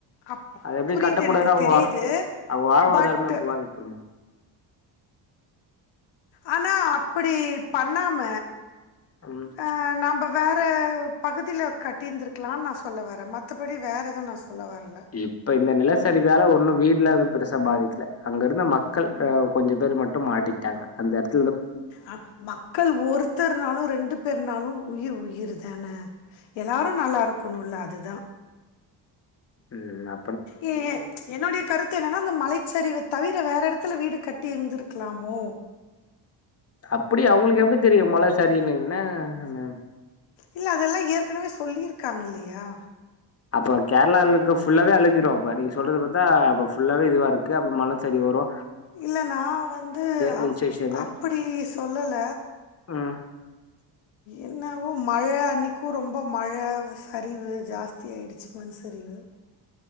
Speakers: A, on the left; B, on the left.
A: அப்
B: அது எப்டி
A: புரியுது
B: கட்டக்கூடாதுன்னா
A: எனக்கு தெரியுது
B: வா அவுங்க வாழ்வாதாரமே
A: பட்
B: பாதிக்கப்படுமே
A: ஆனா அப்பிடி பண்ணாம
B: ம்
A: ஆ நம்ப வேற பகுதில கட்டியிருந்துருக்கலான் நா சொல்ல வரே மத்தபடி வேற எது நா சொல்ல வரல
B: இப்ப இந்த நிலசரிவால ஒன்னு வீட்லா எது பெருசா பாதிக்ல அங்கருந்த மக்கள் ஆ கொஞ்ச பேர் ம ட்டு மாட்டிகிட்டாங்க அந்த எட
A: அ மக்கள் ஒருத்தர்னாலு ரெண்டு பேர்னாலு உயிர் உயிர் தான எல்லாரு நல்லாருக்குனுல்ல அதுதா
B: ம் ம் ஆ
A: ஏ என்னுடைய கரு த்து என்னன்னா அந்த மலைச்சரிவ தவிர வேற எடத்துல வீடு கட்டி இருந்திருக்கலாமோ
B: அப்டி அவுங்களுக்கு எப்டி தெரியு மல சரியுன்னு என்னா மேம்
A: இல்ல அதெல்லா ஏற்கனவே சொல்லிருக்காங்க இல்லயா
B: அப்ப கேரளாலருக்க ஃபுல்லாவே அழிஞ்சிரு இப்ப நீங்க சொல்றத பாத்தா அப்ப ஃபுல்லாவே இதுவாருக்கு அப்போ மல சரிவு வரு
A: இல்ல நா வந்து
B: ஹில்
A: அப்
B: ஸ்டேஷனு.
A: அப்புடி சொல்லல
B: ம்.
A: என்னவோ மழ அன்னிக்கி ரொம்ப மழ சரிவு ஜாஸ்தி ஆய்டுச்சு மண் சரிவு